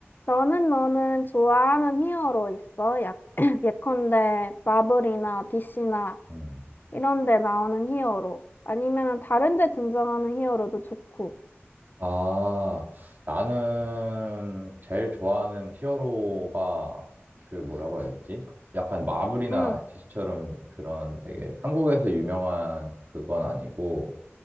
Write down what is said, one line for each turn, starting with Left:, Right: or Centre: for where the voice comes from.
Left: 너는 너는 좋아하는 히어로 있어? 약, <clears throat> 예컨대 마블이나 DC나
Right: 음.
Left: 이런 데 나오는 히어로. 아니면은 다른 데 등장하는 히어로도 좋고.
Right: 아, 나는 제일 좋아하는 히어로가 그 뭐라고 해야 되지? 약간 마블이나
Left: 응,
Right: DC처럼 그런 되게 한국에서 유명한 그건 아니고,